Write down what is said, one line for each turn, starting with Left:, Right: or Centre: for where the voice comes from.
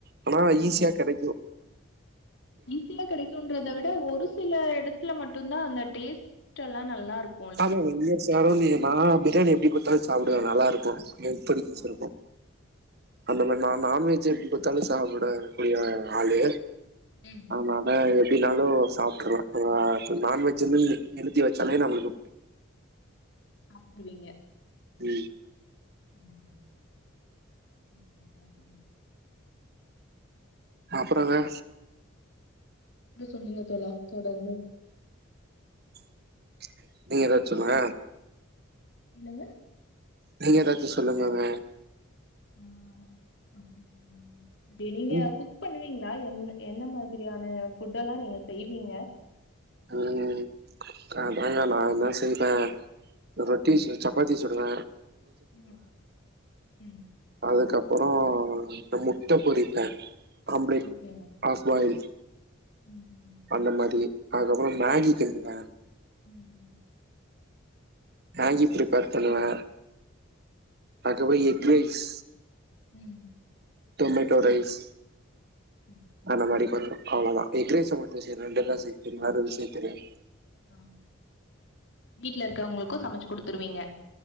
Right: ஆனா ஈஸியா
Left: ம்.
Right: கெடைக்கு
Left: ஈஸியா கெடைக்கும்ன்றத விட ஒரு சில எடத்துல மட்டுந்தா அந்த டேஸ்ட்ல்லா நல்லாருக்
Right: அது <unintelligible> நா பிரியாணி எப்டி குத்தாலு சாப்பிடுவ நல்லாருக்கு எனக் புடிச்சிருக்கு
Left: ஓ!
Right: அந்த மாரி நா நா வெஜ்ஜி எப்டி குடுத்தாலு சாப்ட கூடிய ஆளு
Left: ம்.
Right: ஆமா நா எப்டினாலு சாப்டுருவ ஆ நான்வெஜின்னு எழுதி வச்சாலே நம்முளுக்கு
Left: சாப்டுவீங்க
Right: ம்
Left: ஆமா இன்னிகு ரெண்டா டைம்
Right: அப்றோங்க
Left: நீங்க சொல்லுங்க தோழா தொடர்ந்து
Right: <inaudible> நீங்க ஏதாச்சு சொல்லுக
Left: எனங்க
Right: நீங்க ஏதாச்சு சொல்லுங்கங்க
Left: அ அப்றோ பேரிங்கா
Right: உங்க
Left: குக் குக் பண்ணுவீங்களா என் என்ன மாதிரியான ஃபுட்டெல்லா நீங்க செய்வீங்க
Right: ம் ஆ அதாங்க நான்தா செய்வ ரொட்டி செய் சப்பாத்தி சுடுவ
Left: ம் ம்
Right: அதுக்கப்போறோ நா முட்ட பொரிப்பே ஆம்லெட்
Left: ஓகேங்க.
Right: ஆஃப் பாயில்
Left: ம் ம்
Right: அந்த மாரி அதுக்கப்றோ மேகி கிண்டுவ
Left: ம்
Right: மேகி ப்ரிப்பேர் பண்ணுவ அதுகப்றோ
Left: ஓகேங்க.
Right: எஃக் ரைஸ்
Left: ம்.
Right: டொமேட்டோ ரைஸ்
Left: சரி, சரி.
Right: அந்த மாரி பண்ணு அவ்ளோதா எஃக் ரைஸ் டொமட்டோ ரைஸ் ரெண்டு தா செய் தெரியு வேற எது செய தெரியாது
Left: ஆ வீட்ல இருக்கவங்களுக்கு சமைச்சு குடுத்துருவீங்க